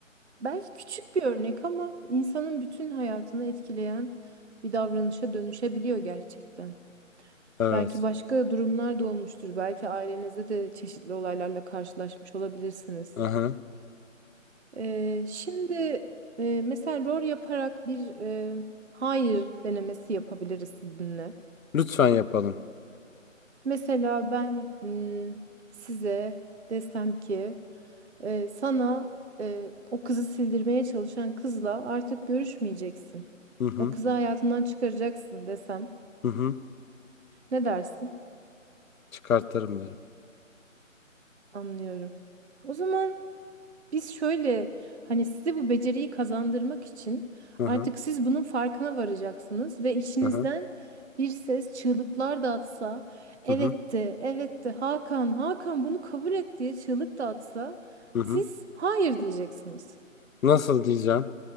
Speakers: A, on the right; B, on the left.
A: belki küçük bir örnek ama insanın bütün hayatını etkileyen bir davranışa dönüşebiliyor gerçekten.
B: Evet.
A: Belki başka durumlar da olmuştur. Belki ailenizde de çeşitli olaylarla karşılaşmış olabilirsiniz.
B: Hı hı.
A: Ee, şimdi e, mesela rol yaparak bir e, hayır denemesi yapabiliriz sizinle.
B: Lütfen yapalım.
A: Mesela ben mm, size desem ki e, sana e, o kızı sildirmeye çalışan kızla artık görüşmeyeceksin.
B: Hı hı.
A: O kızı hayatından çıkaracaksın desem.
B: Hı hı.
A: Ne dersin?
B: Çıkartırım diyorum.
A: Anlıyorum. O zaman. Biz şöyle hani size bu beceriyi kazandırmak için
B: Hı
A: artık
B: hı.
A: siz bunun farkına varacaksınız ve içinizden
B: Hı hı.
A: bir ses çığlıklar da atsa, evet
B: Hı hı.
A: de, evet de Hakan, Hakan bunu kabul et diye çığlık da atsa
B: Hı hı.
A: siz hayır diyeceksiniz.
B: Nasıl diyeceğim?